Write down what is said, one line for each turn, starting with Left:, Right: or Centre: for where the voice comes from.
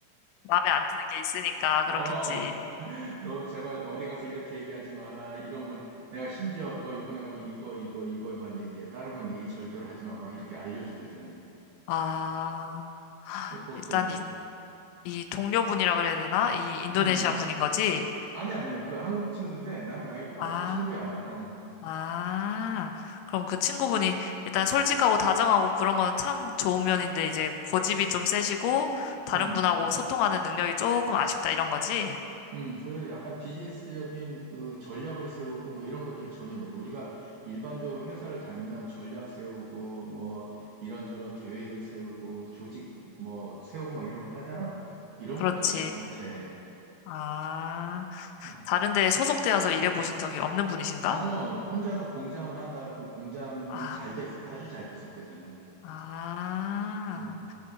Left: 마음에 안 드는 게 있으니까
Right: 어,
Left: 그렇겠지.
Right: 너 제발 어디 가서 이렇게 얘기하지 마라. 이런 건 내가 심지어 너 이번에 가면 이거, 이거, 이거만 얘기해. 다른 건 얘기 절대로 하지 마. 막 이렇게 알려주거든.
Left: 아,
Right: 그게 걱정이야.
Left: 일단 이, 이 동료분이라 그래야 되나? 이 인도네시아
Right: 음.
Left: 분인 거지?
Right: 아니야, 아니야. 그 한국 친구인데 나랑 나이 똑같고
Left: 아.
Right: 친구야. 어.
Left: 아, 그럼 그 친구분이 일단 솔직하고 다정하고 그런 건 참 좋은 면인데 이제 고집이 좀 세시고 다른
Right: 음.
Left: 분하고 소통하는 능력이 조금 아쉽다 이런 거지?
Right: 음. 그 약간 비즈니스적인 그 전략을 세우고 뭐 이런 것들을 전혀 못해. 우리가 일반적으로 회사를 다니면 전략 세우고 뭐 이런저런 계획을 세우고 조직 뭐 세우고 뭐 이런 거 하잖아. 이런
Left: 그렇지.
Right: 것들을 잘 못해.
Left: 아,
Right: 어,
Left: 다른 데에 소속되어서 일해 보신 적이 없는 분이신가?
Right: 어, 혼자서 공장을 하다가 그 공장이
Left: 아,
Right: 잘 됐어. 아주 잘 됐었거든.
Left: 아,
Right: 응.